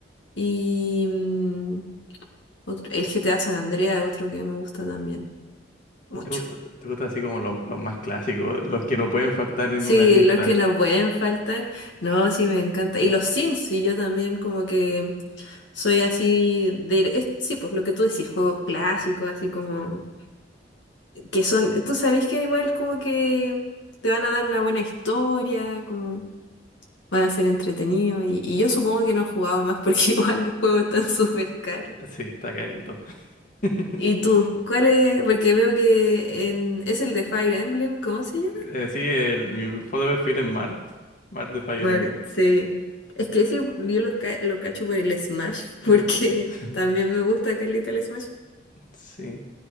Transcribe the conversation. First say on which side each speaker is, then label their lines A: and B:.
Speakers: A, on the left; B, on the left.
A: y mm, otro- el GTA San Andreas es otro que me gusta también mucho.
B: ¿Te gusta, te gusta así como los, los más clásicos, los que no pueden faltar en
A: Sí,
B: una lista?
A: los que nos pueden faltar, no, sí me encanta. Y los Sims, sí, yo también como que... Soy así de... es- sí, pues lo que tú decís, juegos clásicos, así como... Que son... Tú sabés que igual como que te van a dar una buena historia, como van a ser entretenidos. Y, y yo supongo que no he jugado más porque <laughs> igual los juegos están súper caros.
B: Sí, está carito. <laughs>
A: ¿Y tú? ¿Cuál es? Porque veo que en... es el de Fire Emblem, ¿cómo
B: Eh,
A: se llama?
B: sí, el- mi foto de perfil es Mart, Mart de Fire
A: Mar-
B: Emblem.
A: sí. Es que ese yo lo, ca- lo cacho por el Smash, <laughs>
B: <laughs>
A: porque también me gusta Carlita el Smash.
B: Sí,